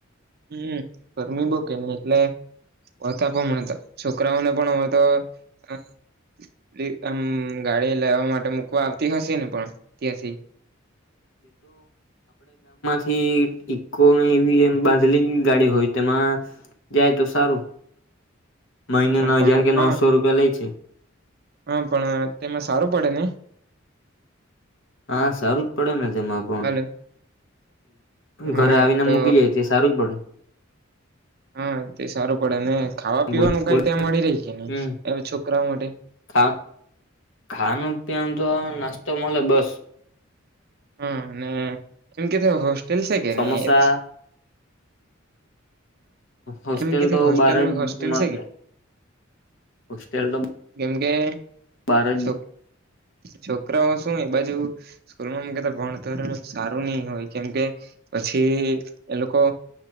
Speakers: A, on the right (about 50°); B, on the left (about 65°).
A: હમ ગરમી બોકે નહી એટલેતા પણ છોકરાઓને પણ હ તો આ ગાડી લેવા માટે મુકવા આવતી હશે ને પણ ત્યાંથી
B: હિ ઇક્કો ની વ્હીલ બાંધલી ગાડી હોય તેમાં જાય તો સારું મહિને ના
A: પણ
B: હજાર કે નવસો
A: હા
B: રૂપિયા લે છે
A: હા પણ હા તેમાં સારું પડે ને
B: હા સારું જ પડે ને તેમાં પણ
A: હાલો હા
B: ઘરે આવીને
A: તો
B: મૂકી જાય તે સારું જ પડે
A: હા સારું પડેને ખાવા પીવાનું
B: બોલ
A: કઈ
B: બોલ
A: ત્યાં મળી રહી કે
B: હમ
A: નહી એમ છોકરાઓ માટે
B: ખા ખાવાનું ત્યાં તો નાસ્તો મળે બસ
A: હા અને એમ કે ત્યાં હોસ્ટેલ છે કે
B: સમોસા
A: નહી એ તો
B: હોસ્ટેલ
A: હ એમ કે
B: તો
A: હોસ્ટેલ
B: બાર જ
A: હોસ્ટેલ
B: મળે.
A: છે કે
B: હોસ્ટેલ તો
A: કેમ કે
B: બાર જ
A: શું છોકરાઓ શું એ બાજુ સ્કૂલમાં ભણતર સારું નહી હોય કેમકે પછી એ લોકો